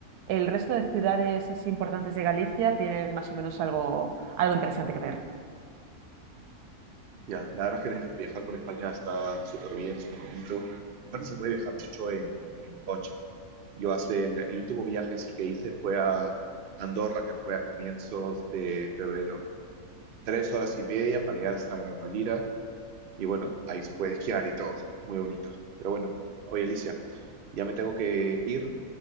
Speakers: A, on the right (about 80°); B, on the right (about 60°).
A: el resto de ciudades así importantes de Galicia tienen más o menos algo, algo interesante que ver.
B: Ya, la verdad es que viajar por España está súper bien, súper bonito. Aparte se puede viajar mucho en, en coche. Yo hace el, el último viaje sí que hice fue a Andorra, que fue a comienzos de febrero. Tres horas y media para llegar hasta Gran Valira Y bueno, ahí se puede esquiar y todo. Muy bonito. Pero bueno, oye Alicia, ya me tengo que ir